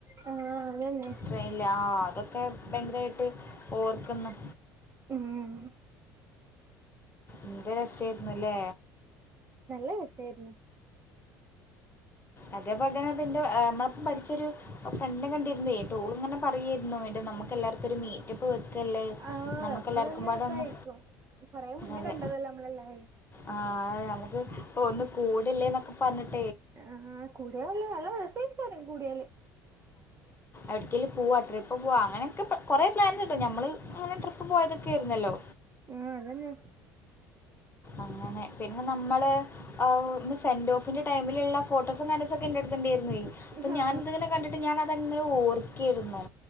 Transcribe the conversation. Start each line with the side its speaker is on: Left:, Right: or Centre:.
Right: ആ അതന്നെ
Left: ട്രെയിനില് ആ അതൊക്കെ ഭയങ്കരായിട്ട് ഓർക്കുന്നു
Right: ഉം
Left: എന്ത് രസായിരുന്ന്ല്ലേ
Right: നല്ല രസായിര്ന്ന്.
Left: അതേപോലെ തന്നെ പിന്നെ നമ്മളോടൊപ്പം പഠിച്ചൊരു ഫ്രണ്ട് കണ്ടിരുന്നേ ന്നട്ട് ഓൾ ഇങ്ങനെ പറയേയ്ര്ന്നു എടീ നമുക്ക് എല്ലാർക്കും ഒരു മീറ്റപ്പ് വെ ക്കല്ലേ
Right: ആ
Left: നമുക്ക്
Right: വെച്ചാ
Left: എല്ലാർക്കും
Right: നല്ല
Left: പാടൊന്ന്
Right: രസായിരിക്കും കൊറേ മുന്നേ
Left: അതെ
Right: കണ്ടതല്ലേ നമ്മളെല്ലാരും
Left: ആ നമുക്ക് അ ഒന്ന് കൂടില്ലേ എന്നൊക്കെ പറഞ്ഞിട്ട്
Right: ആഹ് കൂടിയാൽ നല്ല നല്ല രസയ്ക്കാരം കൂടിയാല്
Left: എവിട്ക്കേലും പോവ ട്രിപ്പ് പോവാ അങ്ങനക്കെ കൊറെ പ്ലാൻ കിട്ടും ഞമ്മള് അങ്ങനെ ട്രിപ്പ് പോയതൊക്കെയിരുന്നല്ലോ
Right: ആഹ് അതന്നെ
Left: അങ്ങനെ പിന്നെ നമ്മള് അവ് സെന്റ് ഓഫിന്റെ ടൈമിലുള്ള ഫോട്ടോസും <unintelligible> ഒക്കെ ഇന്റടുത്ത് ഉണ്ടായിരുന്നെയ് അപ്പൊ
Right: ആ
Left: ഞാൻ ഇത്ങ്ങനെ കണ്ടിട്ട് ഞാനതങ്ങനെ ഓർ ക്കായിരുന്നു